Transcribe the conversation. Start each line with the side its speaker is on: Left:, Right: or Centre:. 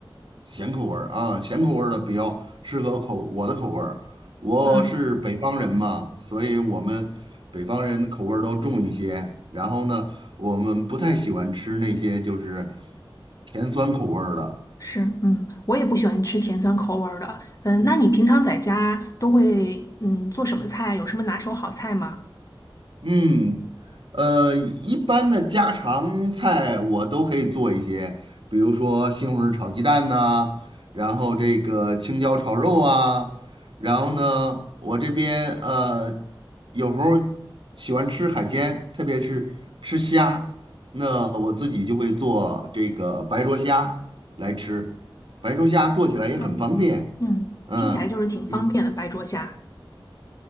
Right: 咸口味儿啊，咸口味儿的比较适合口我的口味儿。我是北方人嘛，
Left: 嗯，
Right: 所以我们北方人口味儿都重一些。然后呢，我们不太喜欢吃那些就是甜酸口味儿的。
Left: 是，嗯，我也不喜欢吃甜酸口味儿的。嗯，那你平常在家都会嗯做什么菜啊？有什么拿手好菜吗？
Right: 嗯，呃，一般的家常菜我都可以做一些，比如说西红柿炒鸡蛋呐、然后这个青椒炒肉啊，然后呢，我这边呃有时候喜欢吃海鲜，特别是吃虾，那我自己就会做这个白灼虾来吃，白灼虾做起来也很方便，
Left: 哎，嗯，
Right: 嗯。
Left: 听起来就是挺方便的，
Right: 你。
Left: 白灼虾。